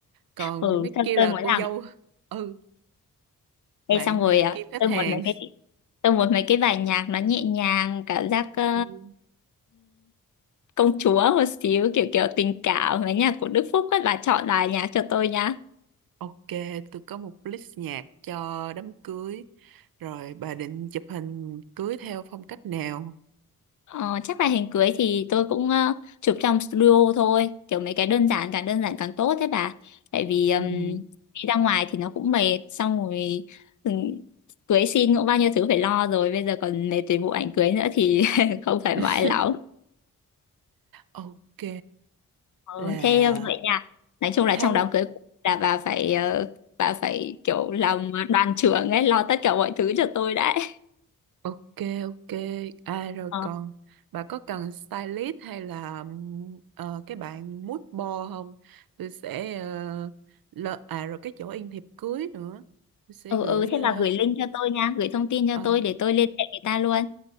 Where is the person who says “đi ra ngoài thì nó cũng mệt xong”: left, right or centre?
Left